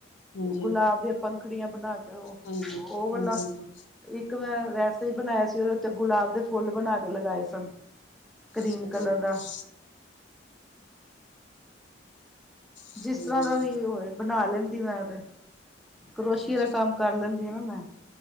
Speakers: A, on the left; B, in the centre.
A: ਹਾਂਜੀ
B: ਗੁਲਾਬ ਦੀਆਂ ਪੰਖੜੀਆਂ ਬਣਾ ਕੇ ਉਹ-
A: ਹਾਂਜੀ ਹਾਂਜੀ
B: ਉਹ ਵਾਲਾ ਲਾ
A: ਹਾਂਜੀ
B: ਇੱਕ ਇੱਕ ਮੈਂ ਵੈਸੇ ਈ ਬਣਾਇਆ ਸੀ, ਓਦੇ ਉੱਤੇ ਗੁਲਾਬ ਦੇ ਫੁੱਲ ਬਣਾ ਕੇ ਲਗਾਏ ਸਨ। ਕਰੀਮ
A: ਅੱਛਾ ਜੀ
B: ਕਲਰ
A: ਅੱਛਾ।
B: ਦਾ
A: ਹਮ
B: ਜਿਸ ਤਰ੍ਹਾਂ ਦਾ ਵੀ ਓ ਹੋਏ ਬਣਾ ਲੈਂਦੀ ਮੈਂ ਤੇ। ਕਰੋਸ਼ੀਏ
A: ਅੱਛਾ ਅੱਛਾ
B: ਦਾ ਕੰਮ ਕਰ ਲੈਂਦੀ ਆ ਨਾ ਮੈਂ।